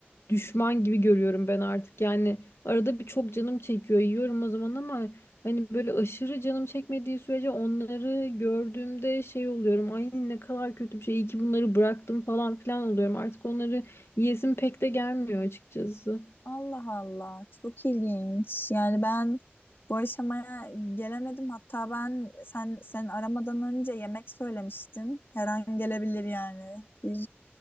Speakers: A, on the left (about 80°); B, on the left (about 60°).
A: düşman gibi görüyorum ben artık. Yani arada bir çok canım çekiyor yiyorum o zaman ama hani böyle aşırı canım çekmediği sürece onları gördüğümde şey oluyorum. Ay ne kadar kötü bir şey iyi ki bunları bıraktım falan filan oluyorum. Artık onları yiyesim pek de gelmiyor açıkçası.
B: Allah Allah çok ilginç. Yani ben bu aşamaya gelemedim. Hatta ben sen sen aramadan önce yemek söylemiştin. Her an gelebilir yani. Bir